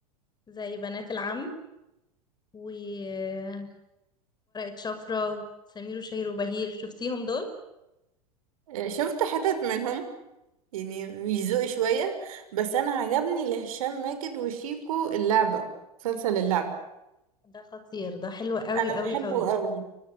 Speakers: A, on the left; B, on the right.
A: زي بنات العم وورقة شفرة وسمير وشهير وبهير شفتيهم دول
B: أه، شفت حتت منهم يعني يزوق شوية بس أنا عجبني لهشام ماجد وشيكو اللعبة مسلسل اللعبة
A: ده خطير ده حلو قوي
B: أنا
A: قوي
B: بحبه
A: قوي
B: قوي